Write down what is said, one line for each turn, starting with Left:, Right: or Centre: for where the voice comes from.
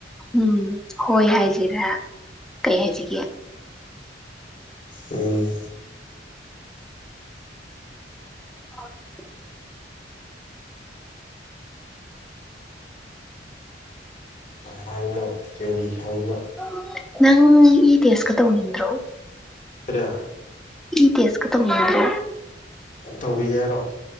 Centre: ꯎꯝ ꯍꯣꯏ ꯍꯥꯏꯁꯤꯔꯥ ꯀꯩ ꯍꯥꯏꯁꯤꯒꯦ
Left: ꯎꯝ
Centre: <unintelligible>
Left: ꯀꯝꯍꯥꯏꯅ ꯀꯔꯤ ꯍꯥꯏꯅ
Centre: <unintelligible> ꯅꯪ ꯏ ꯇꯦꯁꯀ ꯇꯧꯅꯤꯡꯗ꯭ꯔꯣ
Left: ꯀꯔꯤ
Centre: ꯏ ꯇꯦꯁ ꯀ ꯇꯧꯅꯤꯡꯗ꯭ꯔꯣ
Left: ꯇꯧꯕꯤꯒꯦ ꯍꯥꯏꯔꯣ